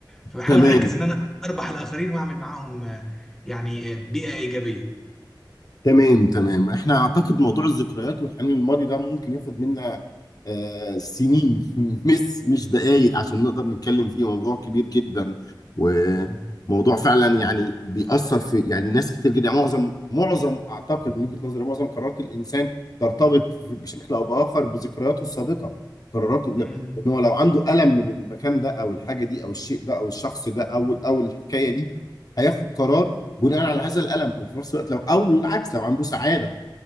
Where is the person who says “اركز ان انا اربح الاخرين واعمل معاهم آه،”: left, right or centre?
Centre